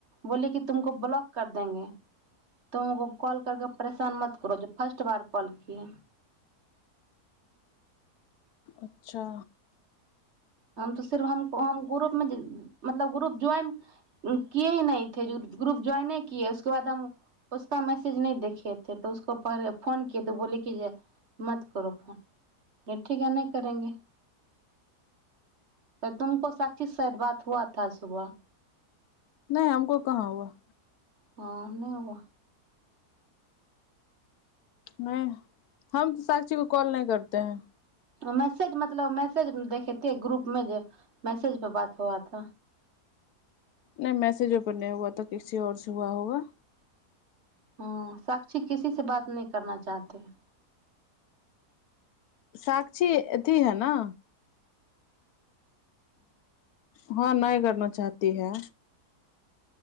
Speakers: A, on the right; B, on the left.
A: बोल कि तुमको ब्लॉक कर देेंगे तुको कॉल करके परेशान मत करो ज फर्स्ट बार कॉल क
B: अच्छा
A: त सिफ हमको हम ग्रुपमे मतलब ग्रुप ज्वाइन किए ही नहि े ग्रुप ज्वाइने किए उसके बाद हम उसका मैसेज नहि देखेथे तऽ उसको पहिे फोन किए तऽ बोले कि जे मत करो फोन ठीक ह नहि करेंगे से तुमको साक्षी शाय बात हुआ थ सुबह
B: नहि हमको कहाँ हुआ
A: ह नहि हुबा
B: नहि हम तऽ साक्षी को कॉल नहि करते है
A: मैसेज मतलब मैसेज देखेतै ग्रुप मे जे मैसेज पे बात हुआथ
B: नहि मैसजो ब नहि हुआ त किसी और से हुआ होगा
A: हुँ साक्षी किसी से बात नहीं करना चाहती है
B: साक्षी अथी है न ह हँ नहि करना चाहती है